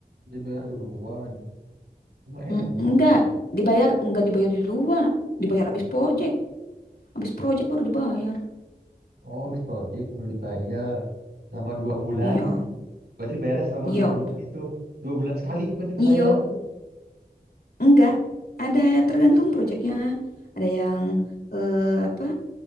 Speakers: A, on the right; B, on the left.
A: dibayar duluan. Cuma enak
B: Mm,
A: dong kalau
B: Nggak
A: gitu.
B: dibayar, nggak dibayar di luar, dibayar abis project, Abis project baru dibayar.
A: Oh, habis project baru dibayar. Selama dua bulan
B: Iya,
A: Berarti dibayarnya selama
B: iya,
A: dua bulan itu. Dua bulan sekali berarti
B: iya,
A: pembayaran tuh.
B: enggak. Ada tergantung projectnya, ada yang eh, apa